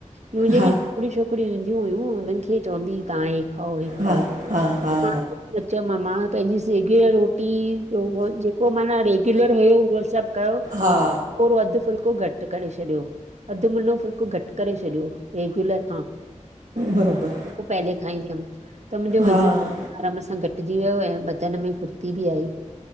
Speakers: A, on the right; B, on the right.
A: ॿयूं जेके
B: हा
A: हिकड़ी छोकिरियूं ईंदियूं हुयूं, उन्हनि खे चवंदी ही, तां ऐग खाओ ऐग खाओ,
B: हा हा हा हा
A: न चयोमा मां पंहिंजी सेकयल रोटी जो उह जेको माना किलर हुयो, उहो सभु कयो।
B: हा।
A: थोड़ो अधु फुल्को, घटि करे छॾियो। अधु मुनो फुल्को घटि करे छॾियो, रेगुलर खां।
B: बरोबर।
A: पो पहले खाईंदी हुमि, त मुंहिंजो वज़न
B: हा
A: आराम सां घटि घटिजी वियो, ऐं बदन में फुर्ती बि आई‌।